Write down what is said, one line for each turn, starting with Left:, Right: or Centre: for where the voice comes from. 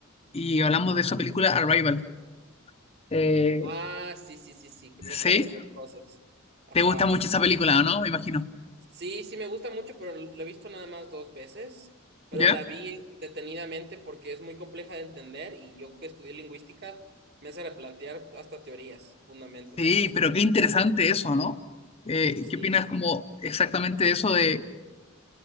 Left: y hablamos de esa película Arrival. Eh,
Right: Ah, sí, sí, sí, sí, que
Left: ¿Sí?
Right: mezcla las dos cosas. Ajá.
Left: ¿Te gusta mucho esa película, o no? Me imagino.
Right: Sí, sí, me gusta mucho, pero la he visto nada más dos veces, pero
Left: ¿Ya?
Right: la vi detenidamente porque es muy compleja de entender y yo que estudié lingüística me hace replantear hasta teorías, fundamentos
Left: Sí,
Right: y tal.
Left: pero qué interesante eso, ¿no? Eh,
Right: Sí.
Left: ¿qué opinas como exactamente eso de,